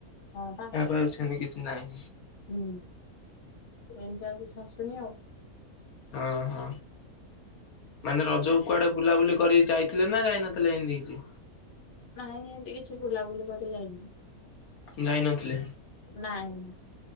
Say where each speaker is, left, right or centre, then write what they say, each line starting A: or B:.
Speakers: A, on the left; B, on the left.
A: ହଁ ବା
B: ଏହା ପାଇଁ ଆଉଛନ୍ତି କିଛି ନାଇଁ
A: ହୁଁ, ଏମତିଆ କିଛି ଆସୁନି ଆଉ?
B: ଅ ହ। ମାନେ ରଜକୁ କୁଆଡେ ବୁଲାବୁଲି କରିି ଯାଇଥିଲେ ନା ଯାଇନଥିଲେ ଏଁତି କିଛି?
A: ନାଇଁ, ଏମତି କିଛି ବୁଲାବୁଲି କରି ଯାଇନି।
B: ଯାଇନଥିଲେ।
A: ନାଇଁ,